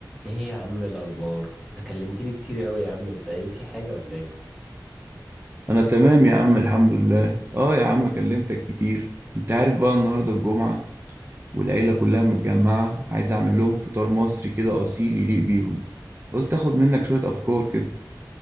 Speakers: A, in the centre; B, on the right (about 30°).
A: ايه يا عم الاخبار تكلمتني كتير قوي يا عم انت ايه في حاجه ولا ايه
B: انا تمام يا عم الحمد لله اه يا عم كلمتك كتير انت عارف بقى النهارده الجمعة والعيلة كلها متجمعة عايز اعمل لهم فطار مصري كده اصيل يليق بيهم قلت اخد منك شوية افكار كده